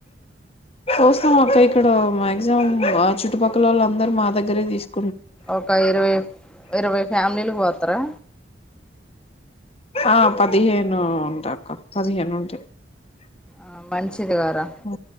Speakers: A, on the left; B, in the centre.
A: పోస్తామాక్క ఇక్కడ మాక్సిమం ఆ చుట్టుపక్కలోవళ్ళు అందరూ మా దగ్గరే తీసుకు
B: ఒక ఇరవై ఇరవై ఫ్యామిలీలు పొత్తరా
A: ఆ పదిహేను ఉంటా అక్క పదిహేను ఉంట
B: ఆ మంచిదిగారా
A: ఉ